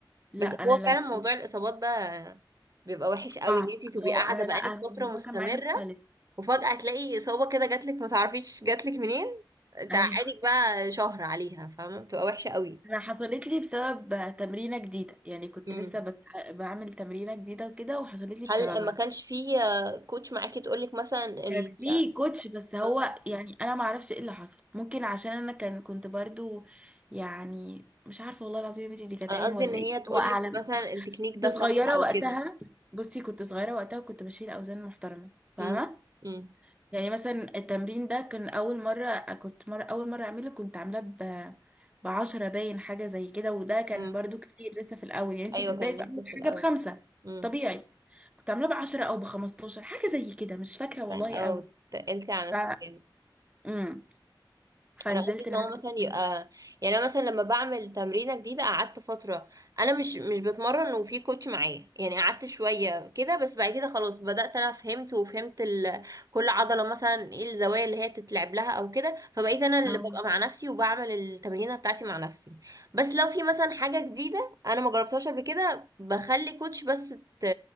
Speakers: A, on the right; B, on the right.
A: لا
B: بس
A: انا
B: هو
A: لما
B: فعلا
A: كنت
B: موضوع الاصابات ده بيبقى وحش
A: صعب
B: قوي ان انتي تبقي
A: اه
B: قاعده
A: انا
B: بقالك
A: لا انا
B: فتره
A: الموضوع
B: مستمره
A: كان معايا مختلف
B: وفجاه تلاقي اصابه كده جاتلك ما تعرفيش جاتلك منين
A: ايوه
B: تعاني بقى شهر عليها فاهمة بتبقى وحشة قوي
A: انا حصلت لي بسبب تمرينه جديده يعني كنت
B: مم.
A: لسه بت... بعمل تمرينه جديده وكده وحصلت لي
B: هل
A: بسببها
B: ما كانش في آه، كوتش معاكي تقولك مثلا ال...
A: كان في كوتش بس هو
B: آه،
A: يعني انا ما اعرفش ايه اللي حصل ممكن عشان انا كان كنت برضو يعني مش عارفه والله العظيم يا بنتي دي كانت
B: انا
A: عين
B: قصدي
A: ولا
B: ان هي
A: ايه
B: تقولك
A: هو اعلم
B: مثلا التكنيك
A: كنت
B: ده
A: صغيره
B: صح او
A: وقتها
B: كده
A: بصي كنت صغيره وقتها وكنت بشيل اوزان محترمه فاهمه
B: مم. مم.
A: يعني مثلا التمرين ده كان اول مره كنت مره اول مره اعمله كنت عاملاه ب بعشرة باين حاجه زي كده وده كان
B: مم.
A: برضو كتير لسه في الاول يعني انتي
B: ايوه
A: بتبداي
B: كان
A: في
B: لسه
A: اول حاجه
B: في الاول
A: بخمسه
B: امم
A: طبيعي كنت عاملاه بعشرة او بخمستاشر حاجه زي كده مش فاكره والله
B: او
A: قوي
B: تقلتي على
A: ف
B: نفسك يعني.
A: امم فنزلت
B: انا قصدي ان
A: نعدي
B: هو مثلا يبقى
A: كده
B: يعني انا مثلا لما بعمل تمرينه جديده قعدت فتره انا مش مش بتمرن وفي كوتش معايا يعني قعدت شويه كده بس بعد كده خلاص بدات انا فهمت وفهمت ال... كل عضله مثلا ايه الزوايا اللي هي تتلعب لها او كده فبقيت انا اللي
A: اه
B: ببقى مع نفسي وبعمل التمرينه بتاعتي مع نفسي بس لو في مثلا حاجه جديده انا ما جربتهاش قبل كده بخلي كوتش بس ت...